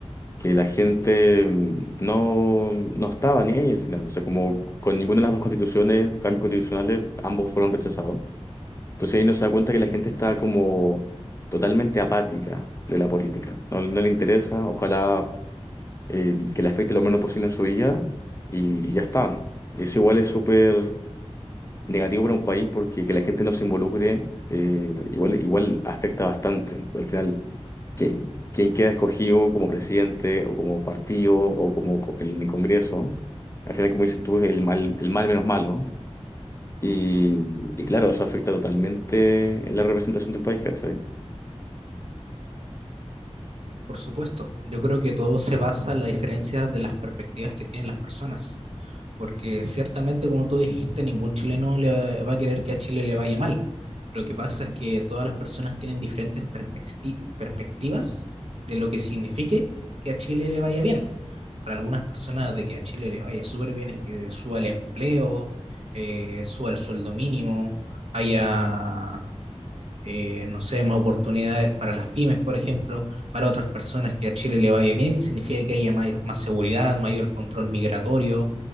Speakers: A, on the left (about 25°); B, on the right (about 65°).
A: que la gente mm, no, no estaba ni ahí al final. O sea, como con ninguna de las dos constituciones, cambios constitucionales, ambos fueron rechazados. Entonces ahí uno se da cuenta que la gente está como totalmente apática de la política. No, no le interesa, ojalá eh, que le afecte lo menos posible en su vida y, y ya está. Y eso igual es súper negativo para un país porque que la gente no se involucre eh, igual, igual afecta bastante. Al final, que, quien queda escogido como presidente o como partido o como co- en el Congreso, al final, como dices tú, es el mal, el mal menos malo. Y, y claro, eso afecta totalmente la representación del país, ¿cachai?
B: Por supuesto, yo creo que todo se basa en la diferencia de las perspectivas que tienen las personas, porque ciertamente, como tú dijiste, ningún chileno le va a querer que a Chile le vaya mal. Lo que pasa es que todas las personas tienen diferentes perspecti- perspectivas de lo que signifique que a Chile le vaya bien. Para algunas personas de que a Chile le vaya súper bien es que suba el empleo, eh, suba el sueldo mínimo, haya eh, no sé, más oportunidades para las pymes, por ejemplo, para otras personas que a Chile le vaya bien, significa que haya may- más seguridad, mayor control migratorio,